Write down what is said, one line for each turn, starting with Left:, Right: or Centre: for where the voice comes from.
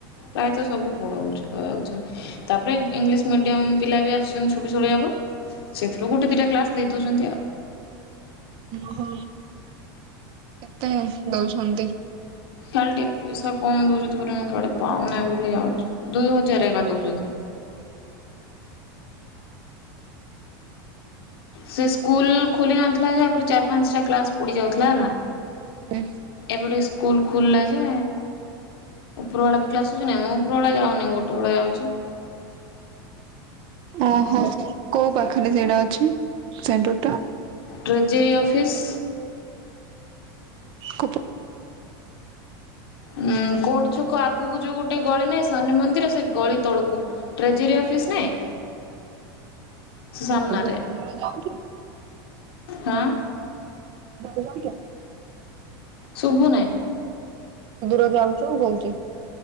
Left: ପ୍ରାୟତଃ ସବୁ ପଢଉଛି କହିବାକୁଛି। ତାପରେ ଇଂଲିଶ ମିଡ଼ିୟମ ପିଲା ବି ଆସୁଛନ୍ତି ଛୋଟ ଛୋଟ ଯାକ। ସେଇଥିରୁ ଗୋଟେ ଦିଟା କ୍ଲାସ୍ ଦେଇ ଦେଉଛନ୍ତି ଆଉ।
Right: ଓହୋ କେତେ ଦଉଛନ୍ତି।
Left: ଖାଲି ଟିକେ ପଇସା କମ୍ ଦେଉଛନ୍ତି ବୋଲି ମୁଁ କାଆଡ଼େ ପାଉନାହିଁ ବୋଲି ଯାଉଚି ଦୁଇ ହଜାର ଏକା ଦେଉଚନ୍ତି। ସେସ୍କୁଲ୍ ଖୋଲି ନଥିଲାଯା ଆଗୁରୁ ଚାରି ପାଞ୍ଚଟା କ୍ଲାସ୍ ପୋଡ଼ି ଯାଉଥିଲା ହେଲା।
Right: ହୁଁ।
Left: ଏବେ ଟିକେ ସ୍କୁଲ୍ ଖୋଲିଲାଯେ ଉପର ବେଳେବି କ୍ଲାସ୍ ହୋଉଚିନା ମୁଁଉପର ବେଳା ଯାଉନି ଗୋଟେବେଳେ ଯାଉଚି।
Right: ଓହୋ କୋଉ ପାଖରେ ସେଇଟା ଅଛି ସେଣ୍ଟରଟା?
Left: ଟ୍ରେଜରୀ ଅଫିସ୍
Right: କୋଉ ପ
Left: ଉଁ କୋଟ ଛକ ଆଗକୁ ଯୋଉ ଗୋଟେ ଗଳି ନାହିଁ ଶନି ମନ୍ଦିର ସେଗଳି ତଳକୁ। ଟ୍ରେଜରୀ ଅଫିସ୍ ନାଇଁ
Right: <inaudible>
Left: ସେସାମ୍ନାରେ
Right: ଏତେ ଦୂର ଯାଉଛୁ
Left: ହଁ।
Right: <unintelligible>
Left: ଶୁବୁନାଇଁ?
Right: ଦୂର ଯାଉଚୁ ମୁଁ କହୁଚି।